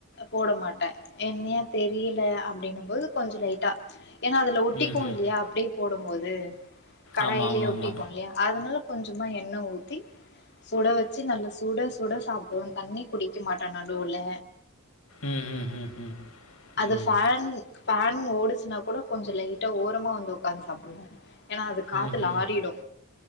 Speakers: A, on the left; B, on the left.
A: போட மாட்ட எண்ணெயா தெரி யல அப்டின்னும் போது கொஞ்ச லைட்டா ஏன்னா ல ஒட்டிக்கு
B: ம், ம்.
A: இல்லியா அப்டியே போடும் போது கடாயிலேயே
B: ஆமா, ஆமா,
A: ஒட்டிக்கு
B: ஆமா.
A: இல்லியா அதனால கொஞ்சமா எண்ண ஊத்தி சுட வச்சு நல்லா சுட சுட சாப்டுவோம் தண்ணி குடிக்க மாட்ட நடுவுல
B: ம், ம், ம், ம்,
A: அது
B: ம்,
A: ஃபன் ஃபன் ஓடுச்சுன்னா கூட கொஞ்ச லைட்டா ஓரமா வந்து உக்காந்து சாப்டுவோ ஏன்னா அது காத்துல
B: ம், ம்.
A: ஆறிடு